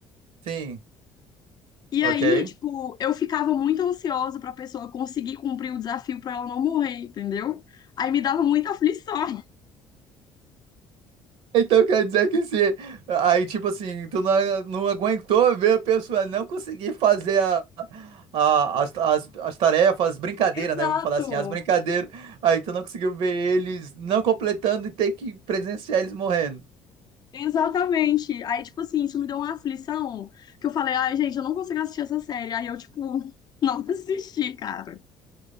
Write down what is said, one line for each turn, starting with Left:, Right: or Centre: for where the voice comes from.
Right: Sim,
Left: E
Right: ok.
Left: aí, tipo, eu ficava muito ansiosa pra pessoa conseguir cumprir o desafio pra ela não morrer, entendeu? Aí me dava muita aflição.
Right: Então quer dizer que se aí tipo assim, tu não, não aguentou ver a pessoa não conseguir fazer a, a- as, as, as tarefas, as brincadeiras,
Left: <laughs> Exato,
Right: né? Vamos falar assim, as brincadeiras. Aí tu não conseguiu ver eles não completando e ter que presenciar eles morrendo.
Left: exatamente. Aí, tipo assim, isso me deu uma aflição que eu falei, ai, gente, eu não consigo assistir essa série. Aí eu, tipo, <laughs> não assisti, cara.